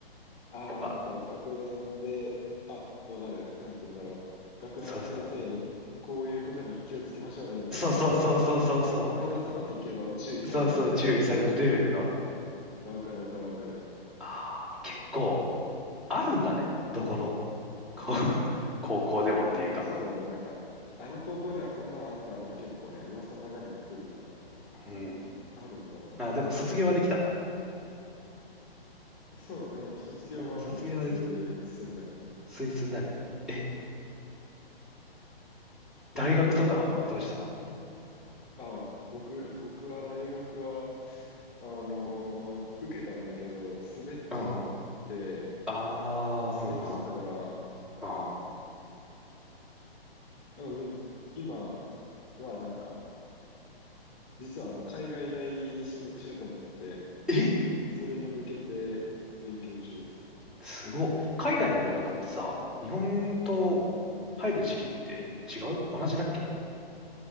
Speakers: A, on the left; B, in the centre.
A: あ、
B: やっぱ、
A: ああ、なんか学年で、あ、わかる。なんて言うんだろう。学年の先生に、
B: そうそう。
A: こういうことに気をつけましょうね、みたいな、
B: そうそうそうそうそうそ
A: なんか、名前出さないけど注意されるみたいなやつだよね。
B: う。そうそう、注意されるレベルの。
A: わかるわかるわかる。
B: ああ、結構、あるんだね。どこの、こう <laughs> 高校でもっていうか。
A: やっぱそうだね。なんか、あの高校ではこんなんあったとか結構ね、噂流れてくるから。
B: うん。
A: あるんだろうね。
B: あー、でも卒業はできたんだ。
A: そう、あ卒業はもう普通にすんない。
B: うん卒業はできた。スイスになり。え大学とかどうしたの
A: 宇野くんは、あ、僕、僕は大学は、あのー受けたんだけど、滑っちゃっ
B: うん。あ
A: て、
B: あ、
A: 滑っちゃったから、
B: うん。うん
A: あのでも今はなんか、実はあの海外大に進学しようと思ってて、
B: え
A: それに向けて勉強中です。
B: すごい。海外の大学ってさ、日本と入る時期って違う同じだっけ